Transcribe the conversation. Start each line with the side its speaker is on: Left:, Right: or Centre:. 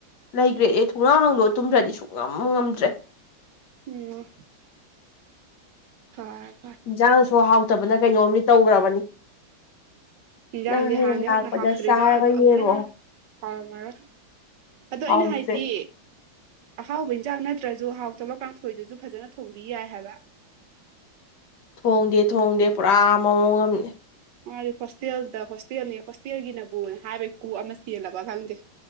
Left: ꯂꯩꯈ꯭ꯔꯦ ꯑꯦ ꯊꯣꯡꯅꯥꯥꯡ ꯍꯥꯡꯗꯣꯛ ꯇꯨꯝꯗ꯭ꯔꯗꯤ ꯁꯨꯡ ꯉꯝ ꯉꯝꯗ꯭ꯔꯦ
Right: ꯎꯝ ꯍ
Left: ꯏꯟꯁꯥꯡꯁꯨ ꯍꯥꯎꯇꯕꯅ ꯀꯩꯅꯣꯝ ꯇꯧꯈ꯭ꯔꯕꯅꯤ
Right: ꯍꯤꯟꯖꯥꯡꯗꯤ
Left: ꯅꯪ ꯍꯌꯦꯡ
Right: ꯍꯥꯟꯅꯗꯤ
Left: ꯂꯥꯛꯄꯗ
Right: ꯍꯧꯅ ꯍꯥꯎꯇ꯭ꯔꯤꯗ
Left: ꯆꯥꯔꯒ
Right: ꯑꯗꯣ
Left: ꯌꯦꯡꯉꯣ
Right: ꯑꯃꯨꯛ ꯍꯟꯅ ꯍꯥꯎꯔꯝꯃꯔꯣꯏ ꯑꯗꯣ
Left: ꯍꯥꯎꯇ꯭ꯔꯦ
Right: ꯑꯩꯅ ꯍꯥꯏꯗꯤ ꯑꯍꯥꯎꯕ ꯏꯟꯁꯥꯡ ꯅꯠꯇ꯭ꯔꯁꯨ ꯍꯥꯎꯇꯕ ꯀꯥꯡꯊꯣꯏꯗꯨꯁꯨ ꯐꯖꯅ ꯊꯣꯡꯕꯤ ꯌꯥꯏ ꯍꯥꯏꯕ
Left: ꯊꯣꯡꯗꯦ ꯊꯣꯡꯗꯦ ꯄꯨꯔꯥ ꯃꯑꯣꯡ ꯑꯃ
Right: ꯃꯥꯗꯤ ꯍꯣꯁꯇꯦꯜꯗ ꯍꯣꯁꯇꯦꯜꯅꯤ ꯍꯣꯁꯇꯦꯜꯒꯤꯅꯕꯨ ꯍꯥꯏꯕꯩ ꯀꯨ ꯑꯃ ꯆꯦꯜꯂꯕ ꯈꯪꯗꯦ